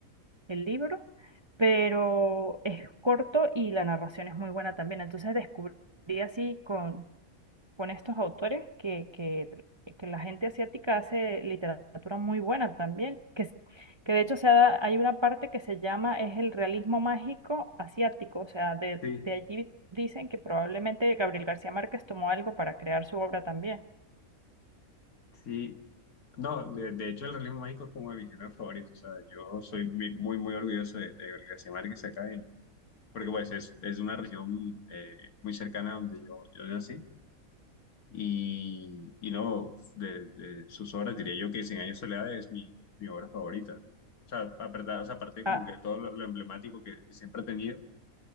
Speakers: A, on the right; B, on the left.
A: el libro, pero es corto y la narración es muy buena también. Entonces descubrí así con, con estos autores que, que, que la gente asiática hace literatura muy buena también, que, s- que de hecho se ha- hay una parte que se llama es el realismo mágico asiático, o sea, de,
B: Sí,
A: de allí dicen que probablemente Gabriel García Márquez tomó algo para crear su obra también.
B: sí. No, de, de hecho el realismo mágico es como de mis géneros favoritos. O sea, yo soy mi- muy, muy orgulloso de, de García Márquez acá, en- porque pues es, es una región eh, muy cercana a donde yo, yo nací. Y, y no, de, de sus obras diría yo que Cien años de soledad es mi, mi obra favorita. O sea, aparte, o sea, aparte como
A: Ah,
B: que todo lo, lo emblemático que, que siempre ha tenido,